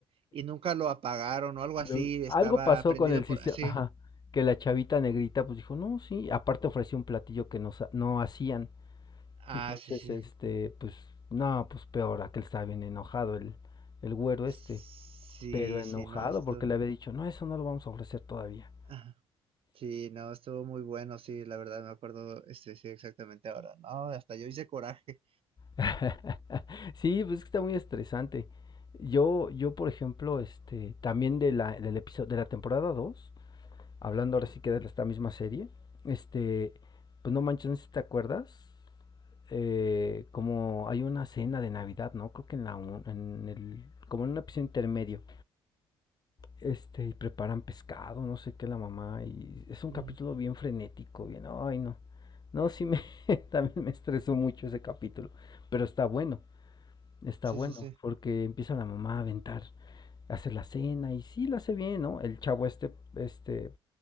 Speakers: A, on the right (about 45°); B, on the left (about 30°).
A: y nunca lo apagaron o algo
B: Lo-
A: así, estaba
B: algo pasó
A: prendido
B: con el
A: por,
B: sistema,
A: sí,
B: ajá, que la chavita negrita pues dijo, no, sí, aparte ofreció un platillo que no, sa- no hacían.
A: ah,
B: Entonces,
A: sí, sí.
B: este, pues, no, pues peor, aquel estaba bien enojado, el, el güero
A: Sí,
B: este, pero enojado
A: sí, no, esto,
B: porque le había dicho, no, eso no lo vamos a ofrecer todavía.
A: ajá. sí, no, estuvo muy bueno, sí, la verdad me acuerdo, este, sí, exactamente ahora, no, hasta yo hice coraje.
B: <laughs> Sí, pues es que está muy estresante. Yo, yo, por ejemplo, este, también de la, del episodio, de la temporada 2 hablando ahora sí que de esta misma serie, este, pues no manches, no sé si te acuerdas, eh, como hay una cena de Navidad, ¿no? Creo que en la en el como en un episodio intermedio. Este, y preparan pescado, no sé qué la mamá y es un
A: Ujú.
B: capítulo bien frenético, bien, ay no. No, sí me <laughs> también me estresó mucho ese capítulo, pero está bueno. Está
A: Sí,
B: bueno
A: sí, sí,
B: porque empieza la mamá a aventar, hace la cena y sí la hace bien, ¿no? El chavo este este